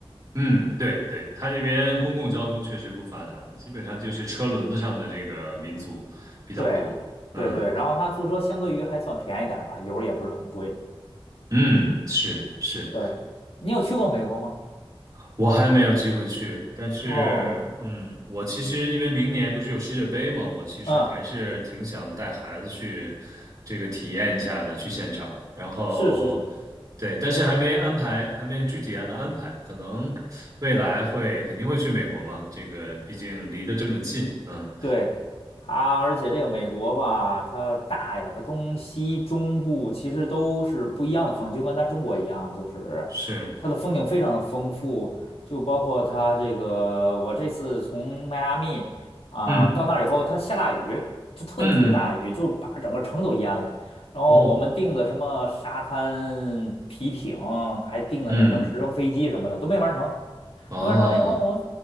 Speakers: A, on the right; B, on the left.
A: 嗯，对对，他这边公共交通确实不发达，基本上就是车轮子上的这个民族比较多，
B: 对，
A: 嗯
B: 对对，然后他租车相对于还算便宜点儿吧，油儿也不是很贵。
A: 嗯，是是。
B: 对，你有去过美国吗？
A: 我还没有机会去，但是，
B: 哦，
A: 嗯，我其实因为明年不是有世界杯嘛，我其实还是挺想带孩子去这个体验一下的，
B: 嗯，
A: 去现场。然后，
B: 是是是，
A: 对，但是还没安排，还没具体按的安排，可能未来会肯定会去美国嘛，这个毕竟离得这么近，嗯，
B: 对它，而且这个美国吧，它大呀，它东西中部其实都是不一样的风景，就跟咱中国一样，就是它的风景非常的丰富，
A: 是，
B: 就包括它这个，我这次从迈阿密啊、
A: 嗯
B: 到那儿以后，它下大雨，就特别特别大的雨，
A: 嗯嗯，
B: 就把整个城都淹了。然后我们订的什么沙滩皮艇，
A: 哦，
B: 还订的什么直升飞机什么的都没玩成。
A: 嗯哦，
B: 没完成了以后，我